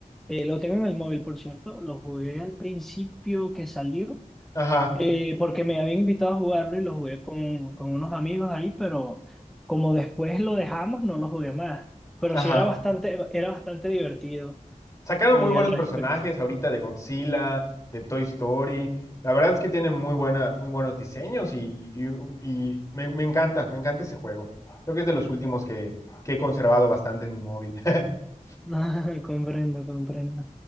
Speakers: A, in the centre; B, on the left.
A: Eh, lo tengo en el móvil, por cierto. Lo jugué al principio que salió,
B: Ajá,
A: eh, porque me habían invitado a jugarlo y lo jugué con, con unos amigos ahí, pero como después lo dejamos, no lo jugué más. Pero
B: ajá.
A: sí era bastante, era bastante divertido
B: Sacaron
A: eh,
B: muy buenos
A: al respecto.
B: personajes
A: <laughs>
B: ahorita de Godzilla, de Toy Story. La verdad es que tienen muy buena, muy buenos diseños y, y- y me, me encanta, me encanta ese juego. Creo que es de los últimos que, que he conservado bastante en mi móvil. <laughs>
A: Ah, comprendo, comprendo.